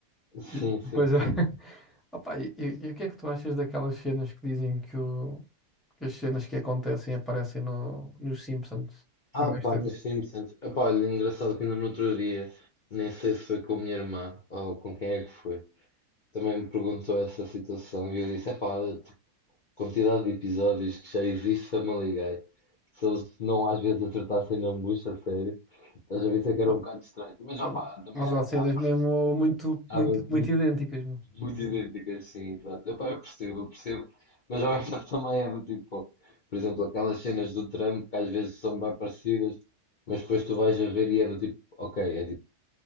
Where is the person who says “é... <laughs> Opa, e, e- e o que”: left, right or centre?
Centre